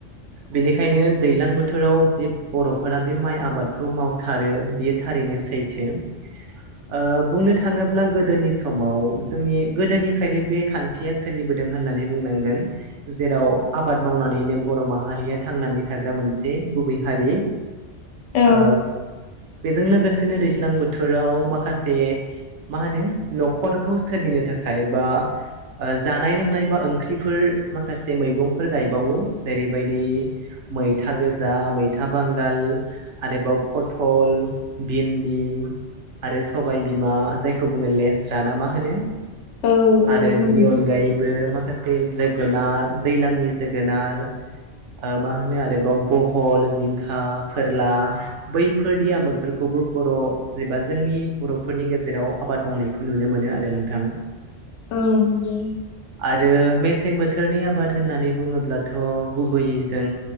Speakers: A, on the right (about 75°); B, on the left (about 75°).
A: बेनिखायनो दैलां बोथोराव जि बर'फोरा बे माइ आबादखौ मावथारो बियो थारैनो सैथो। <inaudible> ओ बुंनो थाङोब्ला गोदोनि समाव जोंनि गोदोनिफ्रायनो बे खान्थिया सोलिबोदों होन नानै बुंनांगोन जेराव आबाद मावनानैनो बर' माहारिया थांनानै थाग्रा मोनसे हारि
B: औ
A: ओ बेजों लोगोसेनो दैज्लां बोथोराव माख माखासे मा होनो न'खरखौ सोलिनो थाखाय बा जानाय लोंनाय बा ओंख्रिफोर माखासे मैगंफोर गायबावो जेरैबायदि मैथा गोजा मैथा बांगाल आरोबाव पथल भिन्दि आरो सबाय बिमा जायखौ बुङो लेस्रा ना मा होनो
B: औ औ
A: आरो
B: होनो।
A: बिनि अनगायैबो माखासे जो जोगोनार दैलांनि जोगोनार ओ मा होनो आरोबाव बहल जिंखा फोरला बैफोरनि आबादफोरखौ बर' एबा जोंनि बर'फोरनि गेजेराव आबाद मावनायखौ नुनो मोनो आरो नोंथां।
B: औ नंगौ
A: आरो मेसें बोथोर बोथोरनि आबाद होननानै बुङोब्लाथ' गुबैयै जों